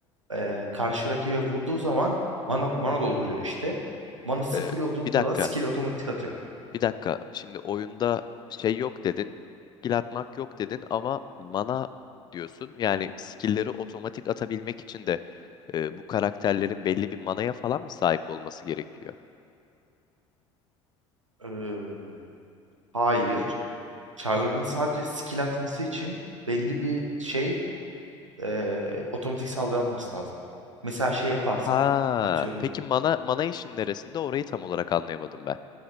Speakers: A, on the right; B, on the left.
A: eee karşı rakibe vurduğu zaman mana, mana dolduruyor işte. Manası
B: E,
A: full olduğunda
B: bir dakika.
A: da skill otomatik atıyor.
B: Bir dakika. Şimdi oyunda şey yok dedin. Skill atmak yok dedin ama mana diyorsun. Yani skill'leri otomatik atabilmek için de e, bu karakterlerin belli bir manaya falan mı sahip olması gerekiyor?
A: Eee, hayır. Char'ların sadece skill atması için belli bir şey eee, otomatik saldırı atması lazım. Mesela şey yaparsan
B: Ha,
A: atıyorum
B: peki mana mana işin neresinde? Orayı tam olarak anlayamadım ben.